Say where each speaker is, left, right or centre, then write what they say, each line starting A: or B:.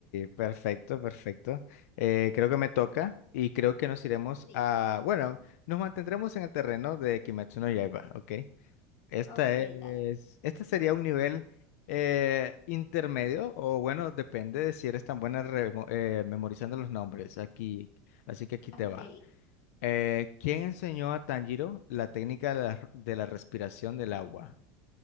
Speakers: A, on the left (about 80°); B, on the left (about 50°).
A: perfecto, perfecto. Eh, creo que me toca y creo que nos iremos
B: Sí,
A: a...
B: vas tú.
A: Bueno, nos mantendremos en el terreno de Kimetsu no Yaiba, ok. Esta
B: Ok,
A: es...
B: dale.
A: Este sería un nivel eh, intermedio o bueno, depende de si eres tan buena remo- eh, memorizando los nombres. Aquí, así que aquí
B: Ok.
A: te va. Eh, ¿quién enseñó a Tanjiro la técnica de la de la respiración del agua?